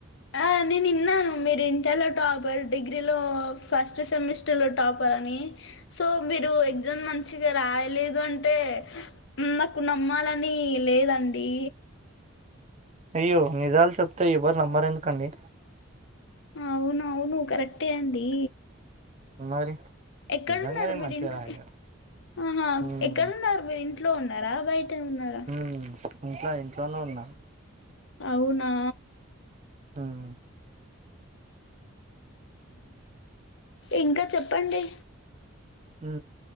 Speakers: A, on the left; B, on the right.
A: ఆ నేను విన్నాను మీరు ఇంటర్లో టాపర్ డిగ్రీలో ఫస్ట్ సెమిస్టర్లో టాపర్ అని సో మీరు ఎగ్జామ్ మంచిగా రాయలేదు అంటే నాకు నమ్మాలని లేదాండి
B: అయ్యో నిజాలు చెప్తే ఎవరు నమ్మరు ఎందుకండీ
A: ఆవును ఆవును కరెక్ట్ అండీ
B: మరి
A: ఎక్కడున్నారు
B: నిజంగా నేను
A: మీరు
B: మంచిగా
A: ఇంట్
B: రాయలేదు
A: ఆహా
B: హ్మ్
A: ఎక్కడున్నారు మీరు ఇంట్లో ఉన్నారా బయట ఉన్నారా
B: ఉ ఇంట్లో ఇంట్లోనే ఉన్నా
A: అవునా
B: ఉమ్
A: ఇంకా చెప్పండి
B: హు